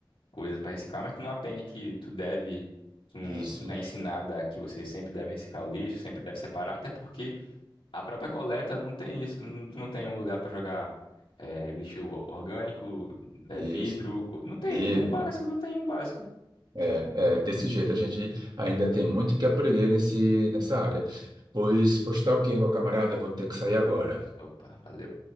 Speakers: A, on the left (about 80°); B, on the right (about 50°).
A: coisas para reciclar, mas tu não aprende que tu deve, tu não,
B: Isso,
A: tu não é ensinada que você sempre deve reciclar o lixo, sempre deve separar, até porque a própria coleta não tem isso, não- tu não tem um lugar para jogar eh, lixo orgânico, eh,
B: isso.
A: vidro, co- não tem,
B: Vidro,
A: o básico não tem o básico.
B: é, é, desse jeito, a gente ainda tem muito que aprender nesse, nessa área. Pois, pois tá ok, meu camarada, eu vou ter que sair agora.
A: Opa, valeu.